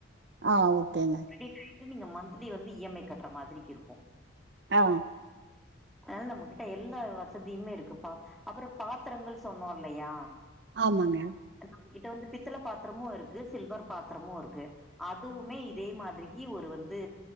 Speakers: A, on the right; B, in the centre.
A: ஆ ஓகேங்க
B: கிரெடிட்டாய்ட்டு நீங்க மன்த்லி வந்து இ எம் ஐ கட்ற மாதிரிகிருக்கு
A: ஆ
B: அதனால நம்மகிட்ட எல்லா வசதியுமே இருக்குப்பா அப்றோ பாத்தரங்கள் சொன்னோல்லயா
A: ஆமாங்க
B: நம்ம கிட்ட வந்துப் பித்தள பாத்ரமு இருக்கு சில்வர் பாத்ரமு இருக்கு அதுவுமே இதே மாதிரிக்கி ஒரு வந்து